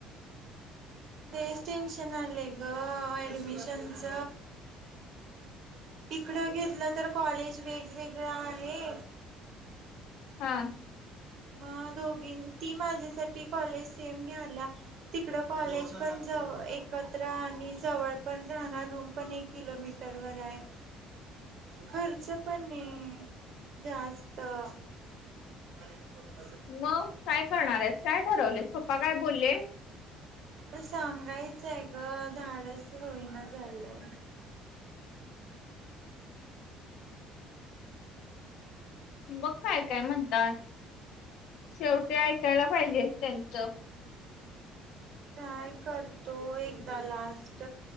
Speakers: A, on the right (about 60°); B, on the left (about 70°).
A: तेच टेन्शन आले ग, अऍडमिशनच. इकडं घेतलं तर, कॉलेज वेगवेगळं आहे.
B: हा.
A: मग दोघी, ती माझ्यासाठी कॉलेज सेम घ्याल्या. तिकड कॉलेज पण जव एकत्र आणि जवळ पण राहणार रूम पण एक. किलो मीटरवर आहे. खर्च पण नाही जास्त. <unintelligible>
B: मग काय करणार आहेस? काय ठरवलेस? पप्पा काय बोलले?
A: तर सांगायचंय ग, धाडस होईना झालंय.
B: बघ काय काय म्हणतात, शेवटी ऐकायला पाहिजे त्यांचं.
A: ट्राय करतो एकदा लास्ट,